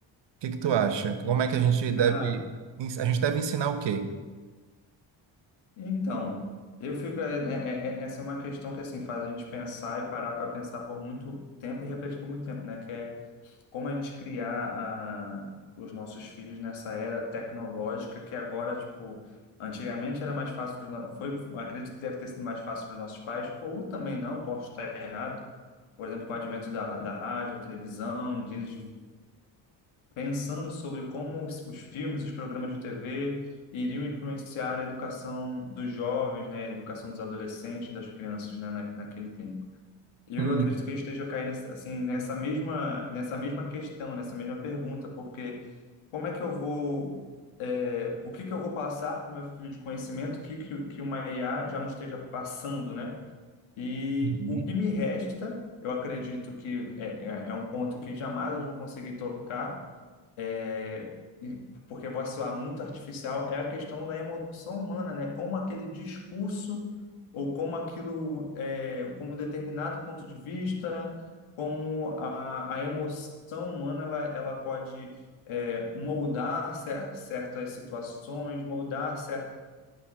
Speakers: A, on the right; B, on the left.
A: O que que tu acha? Como é que a gente deve,
B: Cara,
A: a gente deve ensinar o quê?
B: Então, eu fico. é- é- é- é, essa é uma questão que assim faz a gente pensar e parar para pensar por muito tempo e refletir por muito tempo, né? Que é como a gente criar ah, os nossos filhos nessa era tecnológica que agora, tipo, antigamente era mais fácil para foi, acredito que deve ter sido mais fácil para os nossos pais, ou também não, posso estar errado. Por exemplo, com o advento da, da rádio, da televisão, de eles pensando sobre como os, os filmes, os programas de TV iriam influenciar a educação dos jovens, né, a educação dos adolescentes, das crianças, né, na, naquele tempo. E eu
A: Hum.
B: acredito que a gente esteja caindo assim nessa mesma nessa mesma questão, nessa mesma pergunta, porque como é que eu vou é, o que que eu vou passar para o meu filho de conhecimento que, que que uma IA já não esteja passando, né? E
A: Uhum.
B: o que me resta, eu acredito que é, é é um ponto que jamais eles vão conseguir tocar, é, e porque vai soar muito artificial, é a questão da emoção humana, né? Como aquele discurso ou como aquilo, é, como determinado ponto de vista, como a, a emoção humana, ela, ela pode é, moldar cer- certas situações, moldar certas